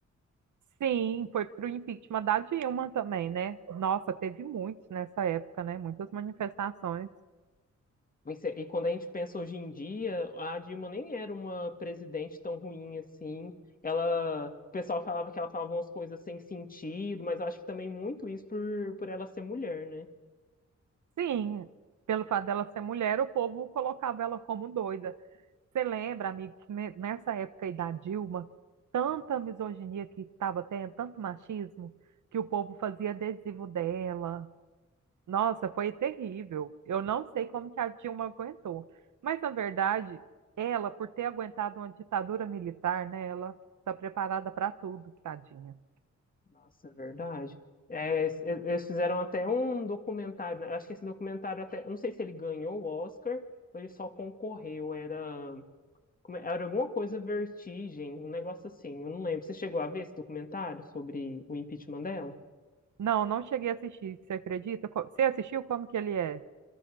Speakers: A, on the right; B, on the left.
A: Sim, foi pro impeachment da Dilma também, né? Nossa, teve muitos nessa época, né? Muitas manifestações.
B: E, se- e quando a gente pensa hoje em dia, a Dilma nem era uma presidente tão ruim assim. Ela, o pessoal falava que ela falava umas coisas sem sentido, mas eu acho que também muito isso por, por ela ser mulher, né?
A: Sim, pelo fato dela ser mulher, o povo colocava ela como doida. Você lembra, amigo, que ne- nessa época aí da Dilma, tanta misoginia que estava tendo, tanto machismo, que o povo fazia adesivo dela, Nossa, foi terrível. Eu não sei como que a Dilma aguentou. Mas, na verdade, ela, por ter aguentado uma ditadura militar, né, ela está preparada para tudo, tadinha.
B: Nossa, é verdade. É, eles eles fizeram até um documentário, né? Acho que esse documentário até, eu não sei se ele ganhou o Oscar ou ele só concorreu, era, como é- era alguma coisa Vertigem, um negócio assim, eu não lembro. Você chegou a ver esse documentário sobre o impeachment dela?
A: Não, não cheguei a assistir, você acredita? Co- Você assistiu como que ele é?